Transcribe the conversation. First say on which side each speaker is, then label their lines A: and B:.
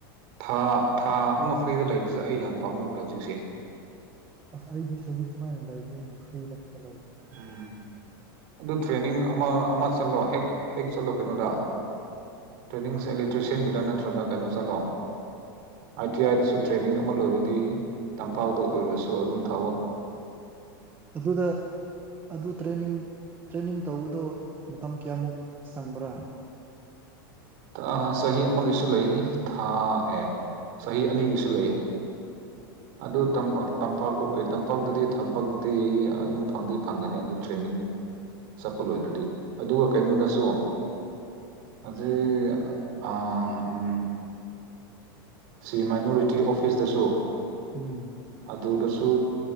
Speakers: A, on the right (about 45°); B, on the right (about 15°).
A: ꯊꯥ ꯊꯥ ꯑꯃ ꯐ꯭ꯔꯤꯗ ꯂꯩꯕꯁꯦ ꯑꯩ ꯌꯥꯝ ꯄꯥꯝꯃꯨꯈ꯭ꯔꯦ ꯍꯧꯖꯤꯛꯁꯦ
B: ꯑꯁ ꯑꯩꯗꯤ ꯁꯨꯖꯤꯛ ꯁꯨꯃꯥꯏꯅ ꯂꯩꯈ꯭ꯔꯤꯅꯦ ꯐ꯭ꯔꯤꯗ ꯈꯛꯇ ꯂꯩꯌꯦꯅꯦ
A: ꯎꯝ ꯑꯗꯨ ꯇ꯭ꯔꯦꯅꯤꯡ ꯑꯃ ꯑꯃ ꯆꯠꯂꯣ ꯍꯦꯛ ꯍꯦꯛ ꯆꯠꯂꯣ ꯀꯩꯅꯣꯗ ꯇ꯭ꯔꯦꯅꯤꯡꯁꯦ ꯑꯦꯂꯦꯛꯇ꯭ꯔꯤꯁꯤꯌꯟꯒꯤꯔ ꯅꯠꯇ꯭ꯔꯒ ꯀꯩꯅꯣ ꯆꯠꯂꯣ ꯑꯥꯏ ꯇꯤ ꯑꯥꯏꯗꯁꯨ ꯇ꯭ꯔꯦꯅꯤꯡ ꯑꯃ ꯂꯣꯏꯔꯗꯤ ꯇꯝꯄꯥꯛꯇ ꯑꯣꯏꯔꯁꯨ ꯑꯗꯨꯝ ꯊꯕꯛ__
B: ꯑꯗꯨꯗ ꯑꯗꯨ ꯇ꯭ꯔꯦꯅꯤꯡ ꯇ꯭ꯔꯦꯅꯤꯡ ꯇꯧꯕꯗꯣ ꯃꯇꯝ ꯀꯌꯥꯃꯨꯛ ꯆꯪꯕ꯭ꯔꯥ
A: ꯇꯥ ꯆꯍꯤ ꯑꯃꯒꯤꯁꯨ ꯂꯩ ꯊꯥ ꯑꯦ ꯆꯍꯤ ꯑꯅꯤꯒꯤꯁꯨ ꯂꯩ
B: <inaudible>
A: ꯑꯗꯨ ꯇꯝꯄꯥꯛ__ ꯇꯝꯄꯥꯛꯇ ꯑꯣꯏ ꯇꯝꯄꯥꯛꯇꯗꯤ ꯊꯕꯛꯇꯤ ꯑꯗꯨꯝ ꯐꯪꯗꯤ ꯐꯪꯒꯅꯤ ꯑꯗꯨ ꯇ꯭ꯔꯦꯅꯤꯡ__ ꯆꯠꯄ ꯂꯣꯏꯗ꯭ꯔꯗꯤ ꯑꯗꯨꯒ ꯀꯩꯅꯣꯗꯁꯨ ꯏ ꯑꯥ ꯎꯝ ꯁꯤ ꯃꯥꯏꯅꯣꯔꯤꯇꯤ ꯑꯣꯐꯤꯁꯇꯁꯨ
B: ꯎꯝ
A: ꯑꯗꯨꯗꯁꯨ